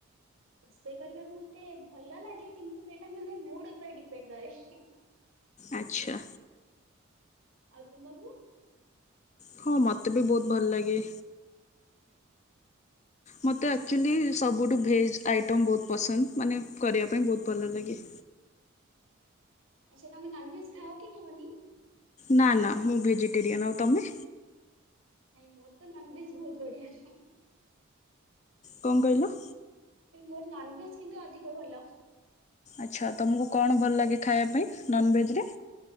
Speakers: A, on the right; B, on the left.
A: ରୋଷେଇ କରିବାକୁ ମତେ ଭଲ ଲାଗେ କିନ୍ତୁ ସେଇଟା ମାନେ ମୁଡୁ ଉପରେ ଡିପେଣ୍ଡେ କରେ।
B: ଆଚ୍ଛା।
A: ଆଉ ତୁମକୁୁ?
B: ହଁ, ମତେ ବି ବହୁତୁ ଭଲ ଲାଗେ। ମୋତେ
A: ଆଚ୍ଛା
B: ଆକ୍ଚୁଆଲି ସବୁଠୁ ଭେଜ ଆଇଟମ୍ ବହୁତୁ ପସନ୍ଦ ମାନେ କରିବା ପାଇଁ ବହୁତୁ ଭଲ ଲାଗେ।
A: ଆଚ୍ଛା ତମେ ନନ ଭେଜ ଖାଅ କି ଖାଅ ନି?
B: ନା, ନା ମୁଁ ଭେଜିଟେରିୟନ ଆଉ ତମେ?
A: ନାଇଁ ମୋର ତ ନନଭେଜେ ବହୁତୁ ବଢିଆ।
B: କଣ କହିଲ?
A: କିନ୍ତୁ ମୋର ନନଭେଜ କିନ୍ତୁ ଅଧିକ ଭଲ।
B: ଆଚ୍ଛା, ତମକୁ କଣ ଭଲ ଲାଗେ ଖାଇବା ପାଇଁ ନନ୍ ଭେଜେରେ?